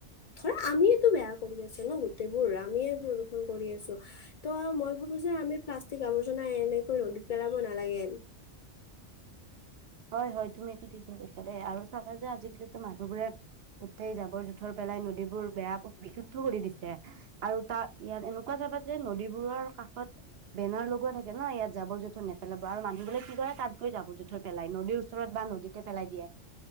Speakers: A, on the left; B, on the right.
A: ধৰা আমিয়ো বেয়া কৰি আছোঁ। ন গোটেইবোৰ আমিয়ে প্ৰদূষন কৰি আছো ত' মই। যে আমি প্লষ্টিক আ বৰ্জনা এনে নদীত পেলাব নালাগে।
B: হয়-হয় তুমিটো ঠিকে কৈছা দেই আৰু চাবা যে আজিকালিতো মানুহবোৰে গোটেই জাবৰ জোথৰ পেলাই ন নীবোৰ বেয়া বিশুদ্ধ কৰি দিছে আৰু তাত ইয়াত এনেকুৱা যাবা যে নদীবোৰৰ কাষত বেনাৰ লগোৱা থাকে ন ইয়াত জাবৰ জোঁথৰ নেপেলাব আৰু মানুহ বোলে কি কৰে তাত গৈ জাবৰ-জোথৰ। পেলাই ওচৰত বা নদীতে পেলাই দিয়ে।